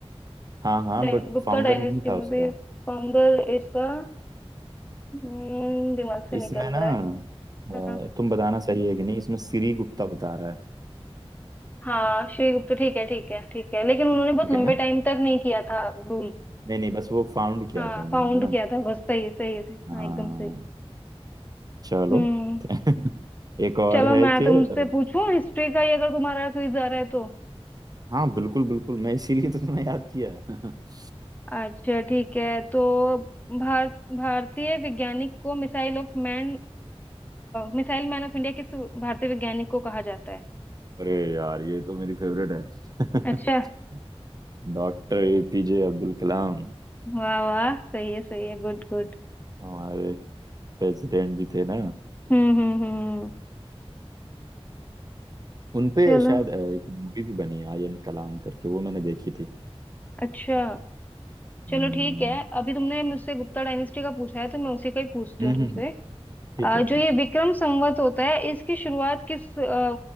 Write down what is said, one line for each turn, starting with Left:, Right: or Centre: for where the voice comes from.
Right: हाँ हाँ
Left: डाय-
Right: बट
Left: गुप्ता
Right: फाउंडर
Left: डायनेस्टी
Right: नहीं था
Left: में
Right: उसका
Left: भी फाउंडर इसका हम्म, दिमाग से
Right: इसमें
Left: निकल
Right: ना
Left: रहा है
Right: अ,
Left: हाँ
Right: तुम बताना सही है कि नहीं इसमें श्री गुप्ता बता रहा है
Left: हाँ श्री गुप्ता ठीक है ठीक है ठीक है लेकिन उन्होंने बहुत
Right: ठीक
Left: लंबे
Right: है ना
Left: टाइम तक नहीं किया था रूल
Right: नहीं नहीं बस वो फाउंड किया
Left: हाँ
Right: था उन्होंने
Left: फाउंड
Right: है ना
Left: किया था बस सही है सही है
Right: हाँ
Left: हाँ एकदम सही
Right: चलो
Left: हम्म
Right: <laughs> एक और
Left: चलो
Right: है
Left: मैं
Right: कि
Left: तुमसे
Right: अ,
Left: पूछूं हिस्ट्री का ही अगर तुम्हारा क्विज आ रहा है तो
Right: हाँ बिल्कुल बिल्कुल मैं इसीलिए तो तुम्हें याद किया <laughs>
Left: अच्छा ठीक है तो भारत भारतीय वैज्ञानिक को missile of man missile man of India किस भारतीय वैज्ञानिक को कहा जाता है
Right: अरे यार ये तो मेरी फेवरेट है
Left: अच्छा
Right: <laughs> डॉक्टर एपीजे अब्दुल कलाम
Left: वाह वाह सही है सही है गुड गुड
Right: हमारे प्रेसिडेंट भी थे ना
Left: हम्म हम्म हम्म
Right: उनपे
Left: चलो
Right: शायद अ, एक मूवी भी बनी आई एम कलाम करके वो मैंने देखी थी
Left: अच्छा चलो
Right: हम्म
Left: ठीक है अभी तुमने मुझसे गुप्ता डायनेस्टी का पूछा है तो मैं उसी का ही पूछती
Right: हम्म,
Left: हूँ तुमसे
Right: हम्म, हम्म, ठीक
Left: अ,
Right: है
Left: जो
Right: ठीक
Left: ये
Right: है
Left: विक्रम संवत होता है इसकी शुरुआत किस अ,